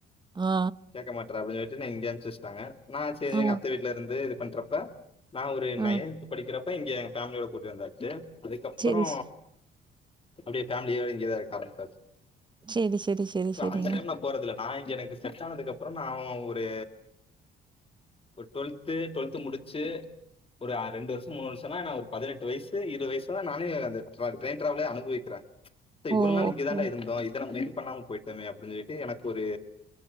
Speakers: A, on the right; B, on the left.
A: ஆ,
B: கேக்க மாட்ற அப்டின்னு சொல்லிட்டு இங்க அனுப்சு வச்சுட்டாங்க நா சேரி
A: ஆ,
B: எங்க அத்த வீட் வந்து இது பண்றப்ப நா ஒரு
A: ஆ.
B: நயன்ந்து படிக்கிறப் இப்ப இங்க ஃபேமிலியோட கூட்டு வந்தாச்சு அதுக்கப்பறோ
A: சரி, ஸ்
B: அப்டியே ஃபேமிலியோட இங்கேதா இருக்காரு
A: சரி, சரி, சரி,
B: ச
A: சரிங்க.
B: அந்த டைம்ல நா போறதுல்ல நா இங்க எனக்கு செட் ஆனதுக்கு அப்பறோ நா ஒரு டுவல்த்து டுவல்த்து முடிச்சு ஒரு அ ரெண்டு வருஷோ மூணு வருஷோன்னா நா ஒரு பதுனெட்டு வயசு இருவது வயசுல நானே அந்த ட்ரெயின் ட்ராவெல அனுபவிக்குறே இவ்ளோ
A: ஓ!
B: நாள் இங்க
A: ஓகே.
B: தான்டா இருந்தோ இத்தன மேல் பண்ணாம போயிட்டமே அப்டின்னு சொல்ட்டு எனக்கு ஒரு